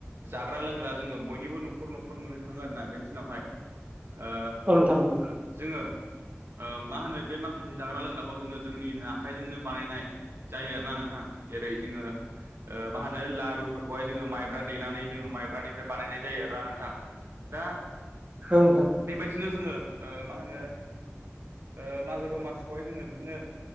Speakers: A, on the right (about 65°); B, on the right (about 30°).
A: जाग्रा लोंग्रा जोङो बयनिबो न'खर न'खर मोननो थाङो आरो ना बे दिनावहाय ओ
B: औ नोंथां औ
A: जोङो ओ मा होनो बे माखासे जाग्रा लोंग्राखौ जोङो जोंनि आखाइजोंनो बानायनाय- जायो आरोना नोंथां जेरै जोङो ओ मा होनो ला रुफोरखौहाय जोङो माइब्रा देनानै जोङो माइब्रानिफ्राय बानायनाय जायो आरोना नोंथां दा
B: औ नोंथां!
A: बेबायदिनो जोङो ओ मा होनो ओ मागो दमा हाय जोङो बिदिनो